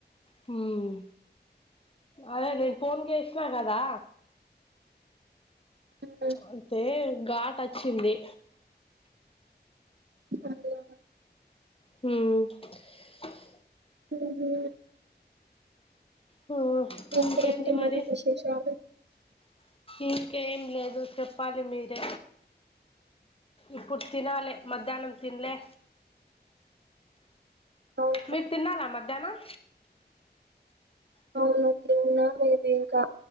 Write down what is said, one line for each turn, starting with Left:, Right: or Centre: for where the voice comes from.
Left: హ్మ్ అదే నేను ఫోన్ చేసినా కదా
Right: ఉమ్,
Left: అంతే ఘాట్ వచ్చింది
Right: అవునా.
Left: హ్మ్ స్
Right: ఉహ్మ
Left: హు
Right: ఇంకేంటి
Left: ఇంకేంది మరి
Right: విశేషాలు
Left: ఇంకేం లేదు చెప్పాలి మీర్ ఇప్పుడు తినాలే మధ్యాహ్నం తినలే
Right: అవునా
Left: మీరు తిన్నారా మధ్యాహ్నం
Right: అవును తిన లేదు ఇంకా